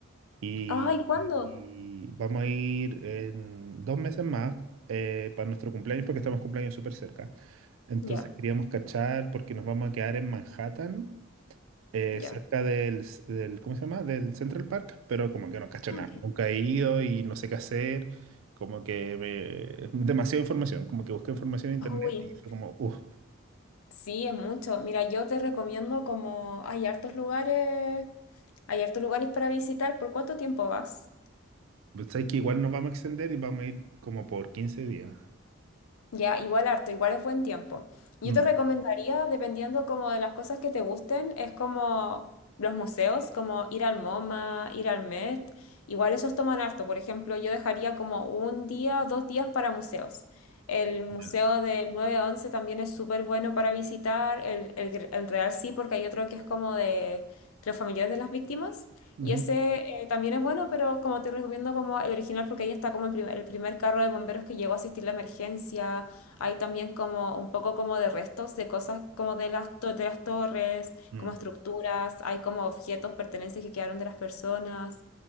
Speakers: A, on the right; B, on the left.
A: y,
B: Ay, ¿cuándo?
A: y vamos a ir en dos meses más eh, para nuestro cumpleaños porque estamos cumpleaños súper cerca. Entonces
B: Ya,
A: queríamos cachar porque nos vamos a quedar en Manhattan eh,
B: ya.
A: cerca del, del, ¿cómo se llama? Del Central Park, pero como que no cacho
B: Ah,
A: nada.
B: ok.
A: Nunca he ido y no sé qué hacer. Como que me- es demasiada información. Como que busqué información en internet
B: Uy.
A: y fue como, uff,
B: Sí, es mucho. Mira, yo te recomiendo como hay hartos lugares, hay hartos lugares para visitar. ¿Por cuánto tiempo vas?
A: sabes que igual nos vamos a extender y vamos a ir como por quince días.
B: Ya, igual harto, igual es buen tiempo. Yo
A: Mm,
B: te recomendaría, dependiendo como de las cosas que te gusten, es como los museos, como ir al MoMA, ir al Met, igual esos toman harto. Por ejemplo, yo dejaría como un día, dos días para museos. El museo
A: ya.
B: del nueve once también es súper bueno para visitar, el, el, Gr- el Real sí, porque hay otro que es como de los familiares de las víctimas.
A: Ujú,
B: Y ese eh, también es bueno, pero como te recomiendo como el original porque ahí está como el primer, el primer carro de bomberos que llegó a asistir la emergencia. Hay también como un poco como de restos de cosas como de las, to- de las torres,
A: mm,
B: como estructuras, hay como objetos, pertenencias que quedaron de las personas.